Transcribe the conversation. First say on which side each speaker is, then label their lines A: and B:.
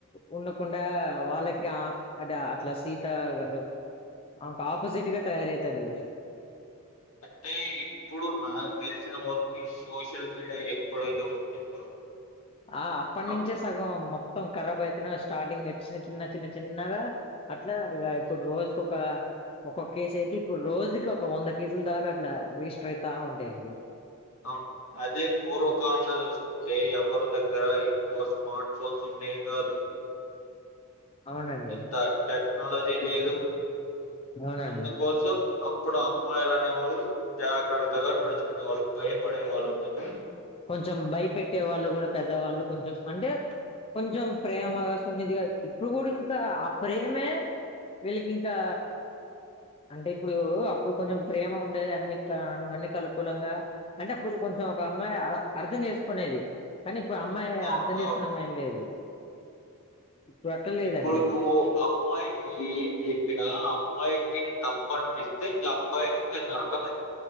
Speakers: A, on the left; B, on the left.
A: ఉండకుండా వాళ్ళకి అదే అట్లా సీతా గారు ఆమెకి ఆపోజిట్‌గా తయారవుతారు
B: అంటే ఇప్పుడు నాకు తెలిసిన వరకు ఈ సోషల్ మీడియా ఎప్పుడైతే వచ్చిందో
A: ఆ అప్పటినుంచే
B: అప్
A: సగం మొత్తం రాబ్ అయితేనే స్టార్టింగ్ చిన్న చిన్న చిన్న చిన్నగా అట్లా ఇగ ఇప్పుడు రోజుకొక ఒక్కొక్క కేసు అయితే ఇప్పుడు రోజుకి ఒక వంద కేసులు దాకా అట్లా రిజిస్టర్ అయితా ఉంటాయండి
B: అవును అదే పూర్వకాలంలో చూసు కుంటే ఎవరి దగ్గర ఎక్కువ స్మార్ట్ ఫోన్స్ ఉండేవి కాదు
A: అవునండి.
B: ఇంతా టెక్నాలజీ లేదు
A: అవునండి.
B: అందుకోసం అప్పుడు అమ్మాయిలు అనే వాళ్ళు జాగ్రత్తగా నడుచుకునే వాళ్ళు భయపడే వాళ్ళు కొంచెం
A: కొంచెం భయపెట్టే వాళ్ళు కూడా పెద్దవాళ్ళు కొంచెం అంటే కొంచెం ప్రేమగా సున్నిధిగా ఇప్పుడు కూడా ఇంత ఆ ప్రేమే వీళ్ళకి ఇంకా అంటే ఇప్పుడు అప్పుడు కొంచెం ప్రేమ ఉండేది అన్ని ఇట్ట అన్నికి అనుకూలంగా అంటే అప్పుడు కొంచెం ఒక అమ్మాయి ఆ అర్థం చేసుకునేది కానీ ఇప్పుడు అమ్మాయి
B: అవును
A: అర్థం చేసుకునే
B: అవును
A: మైండ్ లేదు ఇప్పుడు అట్లా లేదండి
B: ఇప్పుడు నువ్వు అమ్మాయి కి చెప్పిన అమ్మాయికి ని తప్పు అనిపిస్తే ఇంక అబ్బాయికి ఇంకా నరకమే